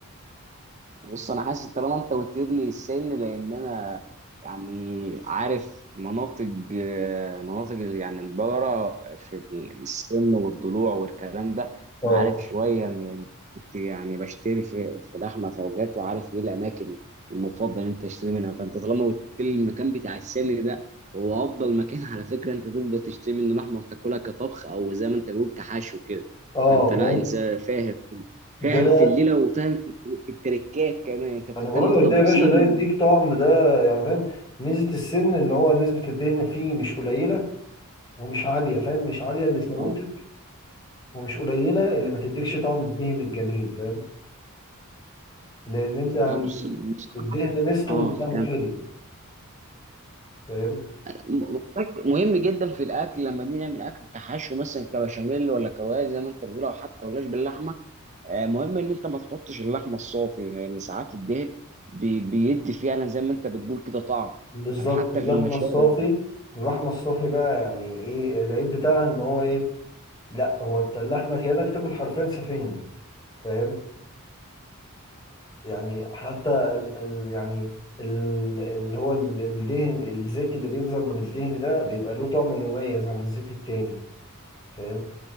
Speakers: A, on the right (about 30°); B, on the left (about 20°).
A: بص انا حاسس طالما انت قلت لي السن لان انا يعني عارف مناطق آه، مناطق ال- يعني البقره في السن والضلوع والكلام ده
B: اه
A: عارف شويه من كنت يعني بشتري في في لحمه فوجات وعارف ايه الاماكن المفضل إن انت تشتري منها فانت طالما قلت لي المكان بتاع السن ده هو افضل مكان <laughs> على فكره انت تقدر تشتري منه لحمه وتاكلها كطبخ او زي ما انت بتقول كحشو كده
B: اه
A: فانت لا
B: فاهم
A: انسان فاهم
B: ده
A: فاهم في الليله وفاهم في في التركات كمان انت بتهتم
B: انا بقول
A: بتفاصيل
B: لك ده يا باشا ده يديك طعم ده يعني فاهم ميزة السن ان هو نسبة الدهن فيه مش قليلة ومش عالية فاهم مش عالية اللي تموتك
A: اه
B: ومش قليلة اللي ما تديكش طعم الدهن الجميل فاهم لان انت يعني
A: انا بص بصراحه
B: الدهن ميزته
A: اه
B: مش طعمه
A: كم
B: حلو فاهم
A: م- م- مهم جدا في الاكل لما بنيجي نعمل اكل كحشو مثلا كبشاميل ولا كروايه زي ما انت بتقول او حتى ولاش باللحمه آه، مهم ان انت ما تحطش اللحمه الصافي لان ساعات الدهن بي- بيدي فعلا زي ما انت بتقول كده طعم
B: بالظبط
A: يعني حتى
B: اللحمة
A: في المشاوي
B: الصافي اللحمة الصافي بقى يعني ايه العيب بتاعها ان هو ايه لا هو انت اللحمة كأنك بتاكل حرفيا سفنج فاهم يعني حتى ال ال يعني ال اللي هو ال- الدهن الزيت اللي بينزل من الدهن ده بيبقى له طعم مميز عن الزيت التاني فاهم